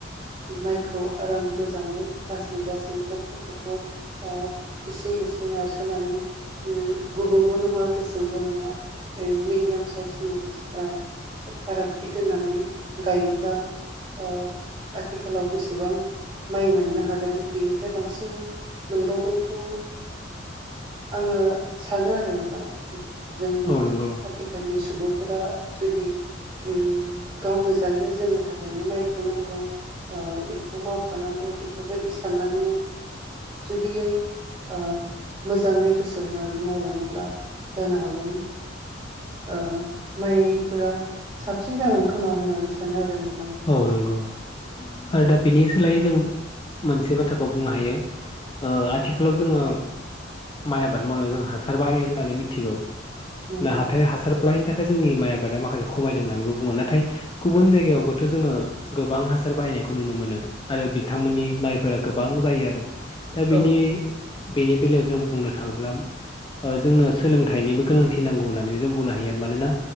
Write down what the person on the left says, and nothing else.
औ नंगौ
औ नंगौ आरो
दा बिनि सोलायै जों मोनसे बाथ्राखौ बुंनो हायो ओ आथिखालाव जोङो माइ आबाद मावनायाव जों हासार बाहायो होननानै मिथिगौ
ना
हाथाय हासार <unintelligible> नि थाखाय जोंनि माइ आबादा माखासे खमायदों होननानैबो बुङो नाथाय गुबुन जायगायावबोथ' जोङो गोबां हासार बाहायनायखौ नुनो मोनो आरो बिथांमोननि माइफोरा गोबां जायो आरो दा बिनि
बेनि बेलायाव जों बुंनो थाङोब्ला ओ जोंनो सोलोंथाइनिबो गोनांथि नांगौ होन्नानै जों बुंनो हायो आरो मानोना